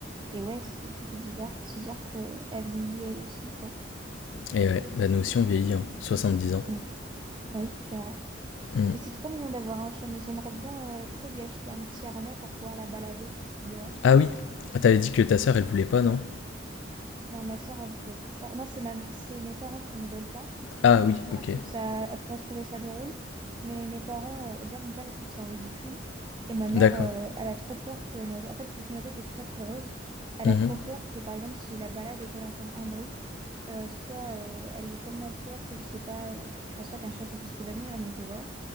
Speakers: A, on the right; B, on the left.
A: et ouais, c'est, ça fait bizarre de se dire que elle vieillit elle aussi, quoi.
B: Et ouais, bah nous aussi on vieillit, hein. soixante-dix ans.
A: Mm. Ah Oui, c'est vrai.
B: Hum.
A: Mais c'est trop mignon d'avoir un chat, mais j'aimerais bien, euh, tu sais, lui acheter un petit harnais pour pouvoir la balader dehors.
B: Ah oui, Ah, t'avais dit que ta sœur elle voulait pas, non?
A: Non, ma soeur, elle veut pas. Non, c'est ma... c'est mes parents qui ne veulent pas.
B: Ah
A: Ma
B: oui,
A: soeur,
B: ok.
A: elle trouve ça, elle pourrait trouver ça drôle, mais mes parents, euh, déjà mon père, il trouve ça ridicule. Et ma mère,
B: D'accord.
A: euh, elle a trop peur que Noisette, en fait, vu que Noisette est très peureuse, elle
B: Mhm.
A: a trop peur que, par exemple, si je la balade et qu'elle entende un bruit, euh, soit euh, elle ait tellement peur que je sais pas, euh, je pense pas qu'un chat ça puisse s'évanouir, mais que voilà,